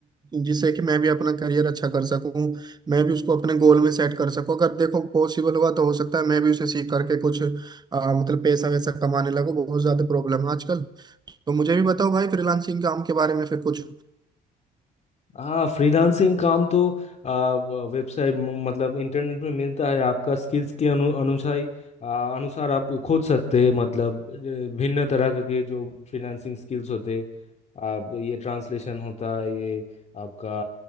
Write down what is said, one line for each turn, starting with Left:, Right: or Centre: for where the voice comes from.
Right: जिससे कि मैं भी अपना करियर अच्छा कर सकूं मैं भी उसको अपने गोल में सेट कर सकूं अगर देखो पॉसिबल हुआ तो हो सकता है मैं भी उसे सीख करके कुछ अ, मतलब पैसा वैसा कमाने लगूं बहुत ज़्यादा प्रॉब्लम है आजकल तो मुझे भी बताओ भाई फ्रीलांसिंग काम के बारे में फिर कुछ
Left: हाँ फ्रीलांसिंग काम तो आ, वेबसाइट म- मतलब इंटरनेट में मिलता है आपका स्किल्स के अनु, अनुसार ही, आ, अनुसार आप खोज सकते हैं मतलब अ, भिन्न तरह के के जो फ्रीलांसिंग स्किल्स होते आप ये ट्रांसलेशन होता है ये आपका